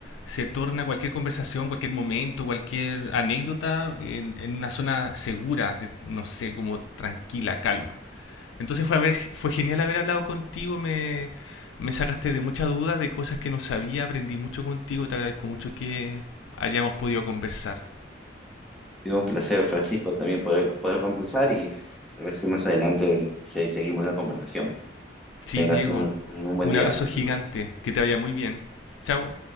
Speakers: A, on the left; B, in the centre.
A: se torna cualquier conversación, cualquier momento, cualquier anécdota en, en una zona segura, de, no sé, como tranquila, calma. Entonces fue, haber, fue genial haber hablado contigo, me, me sacaste de muchas dudas, de cosas que no sabía, aprendí mucho contigo, te agradezco mucho que hayamos podido conversar.
B: Ha sido un placer, Francisco, también poder, poder conversar y a ver si más adelante se- seguimos la conversación. Que
A: Sí,
B: tengas
A: Diego,
B: un un buen
A: un
B: día,
A: abrazo
B: Francisco.
A: gigante, que te vaya muy bien. Chao.